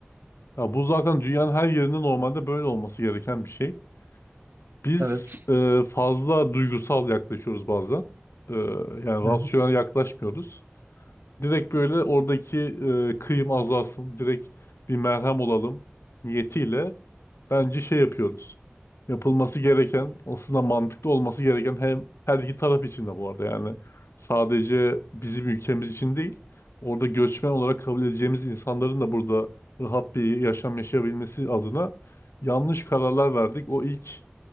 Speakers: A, on the left (about 75°); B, on the right (about 45°).
A: Ya bu zaten dünyanın her yerinde normalde böyle olması gereken bir şey. Biz
B: Evet.
A: e, fazla duygusal yaklaşıyoruz bazen. E, yani
B: Hı
A: rasyonel
B: hı.
A: yaklaşmıyoruz. Direkt böyle oradaki e, kıyım azalsın, direkt bir merhem olalım niyetiyle Bence şey yapıyoruz. Yapılması gereken, aslında mantıklı olması gereken hem her iki taraf için de bu arada yani sadece bizim ülkemiz için değil, orada göçmen olarak kabul edeceğimiz insanların da burada rahat bir yaşam yaşayabilmesi adına yanlış kararlar verdik. O ilk